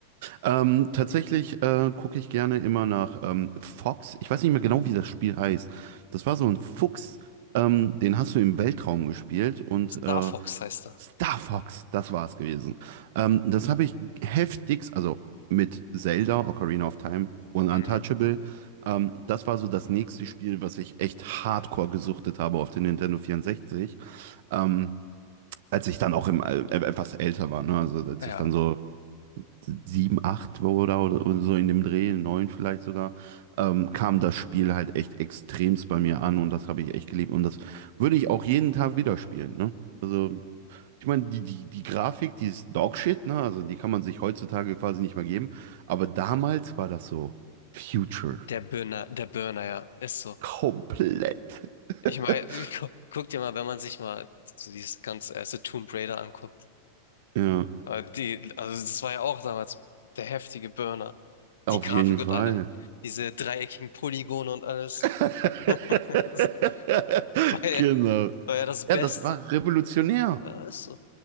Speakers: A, on the right (about 50°); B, on the left (about 65°).
A: Ähm, tatsächlich äh, gucke ich gerne immer nach ähm, Fox. Ich weiß nicht mehr genau, wie das Spiel heißt. Das war so ein Fuchs, ähm, den hast du im Weltraum gespielt und
B: Star
A: äh,
B: Fox heißt er.
A: Star Fox, das war es gewesen. Ähm, das habe ich heftigst, also mit Zelda, Ocarina of Time und Untouchable.
B: Mhm.
A: Ähm, das war so das nächste Spiel, was ich echt hardcore gesuchtet habe auf den Nintendo 64. Ähm, als ich dann auch im, äh, äh, etwas älter war, ne? Also als
B: Ja,
A: ich dann so sieben, acht war oder, oder so in dem Dreh, neun vielleicht sogar, ähm, kam das Spiel halt echt extremst bei mir an und das habe ich echt geliebt. Und das würde ich auch jeden Tag wieder spielen, ne? Also, ich meine, die, die, die Grafik, die ist Dogshit, ne? Also die kann man sich heutzutage quasi nicht mehr geben. Aber damals war das so Future.
B: der Burner, der Burner, ja, ist so.
A: Komplett. <laughs>
B: Ich meine, <laughs> guck, guck dir mal, wenn man sich mal so dieses ganze erste Tomb Raider anguckt.
A: Ja,
B: Äh, Die, also das war ja auch damals der heftige Burner.
A: auf
B: Die Grafik
A: jeden
B: und
A: Fall.
B: allem, diese dreieckigen Polygone und alles.
A: <laughs>
B: <laughs> Das war ja,
A: Genau.
B: war ja das
A: Ja,
B: Beste.
A: das war revolutionär.
B: Ja, ist so.